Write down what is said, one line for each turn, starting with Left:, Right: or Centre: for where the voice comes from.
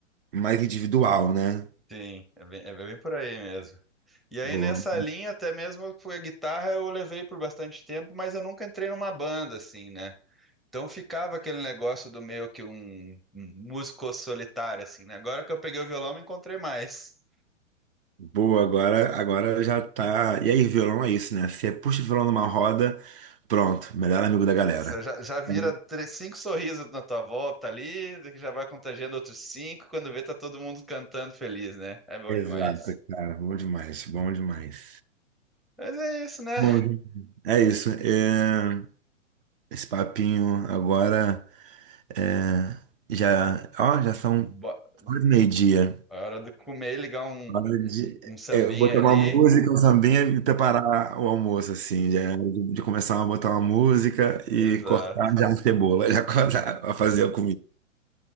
Right: mais individual, né?
Centre: Sim, é bem, é bem por aí mesmo. E aí
Right: Boa.
Centre: nessa linha, até mesmo foi a guitarra, eu levei por bastante tempo, mas eu nunca entrei numa banda, assim, né? Então ficava aquele negócio do meio que um, um músico solitário, assim, né? Agora que eu peguei o violão, me encontrei mais.
Right: Boa, agora agora já tá. E aí, violão é isso, né? Você puxa o violão numa roda, pronto, melhor amigo da
Centre: Já,
Right: galera.
Centre: você já, já vira
Right: É.
Centre: três, cinco sorrisos na tua volta ali, que já vai contagiando outros cinco, quando vê tá todo mundo cantando feliz, né? É bom
Right: Exato,
Centre: demais.
Right: cara, bom demais, bom demais.
Centre: Mas é isso, né?
Right: Bom, é isso. é, Esse papinho agora. É, já, ó, já são
Centre: Bo-
Right: quase meio-dia.
Centre: A hora de comer, ligar um,
Right: Hora
Centre: um,
Right: de
Centre: um um sambinha
Right: é, eu botar
Centre: ali.
Right: uma música, um sambinha e preparar o almoço, assim, já, de, de começar a botar uma música e
Centre: Exato.
Right: cortar já a cebola, <laughs> já cortar, a fazer a comida.